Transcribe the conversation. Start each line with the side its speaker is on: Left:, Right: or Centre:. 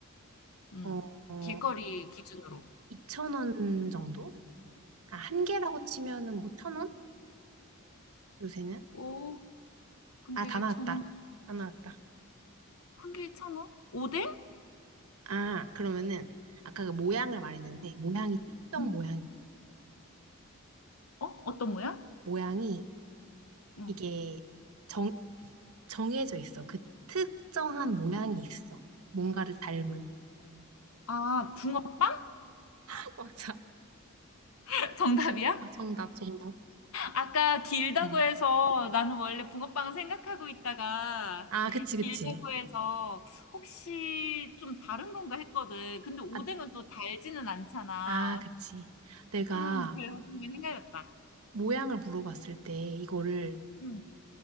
Left: 음.
Right: 어
Left: 길거리 기준으로.
Right: 2천 원 정도? 아, 한 개라고 치면은 뭐 천 원? 요새는?
Left: 오, 한
Right: 아,
Left: 개에
Right: 다 나왔다.
Left: 천 원
Right: 다 나왔다.
Left: 한 개에 천 원 오뎅?
Right: 아, 그러면은 아까 그 모양을 말했는데 모양이 특정
Left: 음.
Right: 모양이야.
Left: 어? 어떤 모양?
Right: 모양이
Left: 음.
Right: 이게 정 정해져 있어. 그 특정한 모양이 있어. 뭔가를 닮은.
Left: 아, 붕어빵?
Right: <laughs> 맞아.
Left: <laughs> 정답이야?
Right: 아, 정답, 정답.
Left: 아까 길다고
Right: 응.
Left: 해서 나는 원래 붕어빵 생각하고 있다가
Right: 아, 그치,
Left: 길다고
Right: 그치.
Left: 해서 혹시 좀 다른 건가 했거든. 근데 오뎅은
Right: 아,
Left: 또 달지는 않잖아.
Right: 아, 그치. 내가
Left: 음, 그래 순간 헷갈렸다.
Right: 모양을 물어봤을 때 이거를
Left: 음.